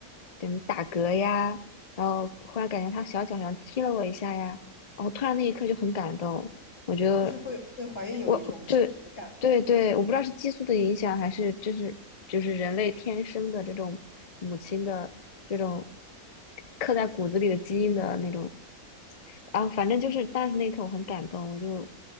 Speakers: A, on the left; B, on the left.
A: 怎么打嗝呀，然后忽然感觉他小脚好像踢了我一下呀，然后突然那一刻就很感动，我觉得
B: 就是会有对怀孕有一种实感。
A: 我就。对对，我不知道是激素的影响，还是这是就是人类天生的这种母亲的这种刻在骨子里的基因的那种啊，反正就是当时那一刻我很感动，我就